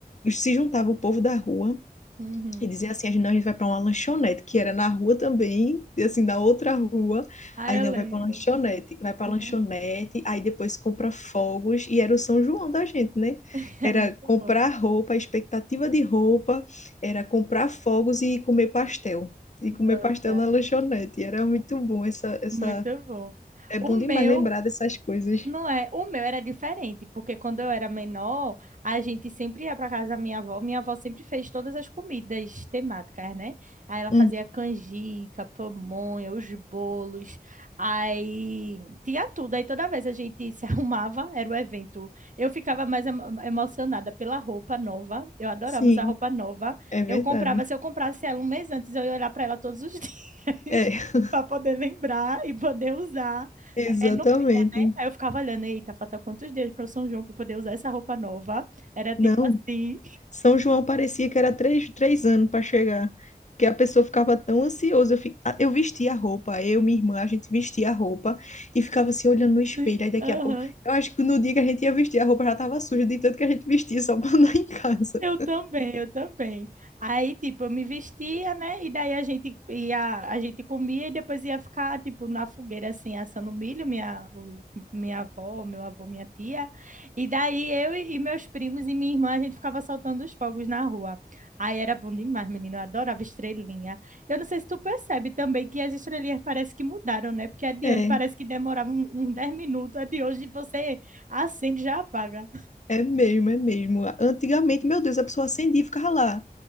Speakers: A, on the left; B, on the right.
A: se juntava o povo da rua
B: Uhum.
A: e dizia assim: a gente, não, a gente vai para uma lanchonete, que era na rua também, e assim, na outra rua.
B: Ah,
A: Aí
B: eu
A: não,
B: lembro.
A: vai para lanchonete, vai para
B: Uhum.
A: lanchonete, aí depois compra fogos, e era o São João da gente, né?
B: <laughs>
A: Era
B: É muito
A: comprar
B: bom.
A: roupa, expectativa de roupa, era comprar fogos e comer pastel. E comer
B: Nossa.
A: pastel na lanchonete. E era muito bom essa, essa
B: Muito bom.
A: é
B: O
A: bom
B: meu,
A: demais lembrar dessas coisas.
B: não é, o meu era diferente, porque quando eu era menor, a gente sempre ia para casa da minha avó. Minha avó sempre fez todas as comidas temáticas, né? Aí ela
A: Uhum.
B: fazia canjica, pamonha, os bolos, aí tinha tudo. Aí toda vez a gente se <laughs> arrumava, era o evento. Eu ficava mais emo- emocionada pela roupa nova. Eu adorava
A: Sim,
B: usar roupa nova.
A: é verdade.
B: Eu comprava, se eu comprasse ela um mês antes, eu ia olhar para ela todos os <laughs> dias.
A: É, <laughs>
B: Para poder lembrar e poder usar
A: exatamente.
B: é, no Aí eu ficava olhando, eita, falta quantos dias para o São João para poder usar essa roupa nova? Era tipo
A: Não,
B: assim.
A: São João parecia que era três, três anos para chegar, que a pessoa ficava tão ansiosa. Eu, fi- a- eu vestia a roupa, eu, minha irmã, a gente vestia a roupa e ficava se olhando no espelho.
B: <laughs>
A: Aí daqui
B: Aham.
A: a pouco, eu acho que no dia que a gente ia vestir a roupa já estava suja, de tanto que a gente vestia só para <laughs> andar em casa.
B: Eu também, eu também. Aí, tipo, eu me vestia, né? E daí a gente ia, a gente comia e depois ia ficar, tipo, na fogueira, assim, assando milho, minha, o- minha avó, meu avô, minha tia. E daí eu e, e meus primos e minha irmã, a gente ficava soltando os fogos na rua. Aí era bom demais, menino, eu adorava estrelinha. Eu não sei se tu percebe também que as estrelinhas parece que mudaram, né? Porque adiante
A: É.
B: parece que demorava um- uns 10 minutos, a de hoje você acende e já apaga.
A: É mesmo, é mesmo. Antigamente, meu Deus, a pessoa acendia e ficava lá.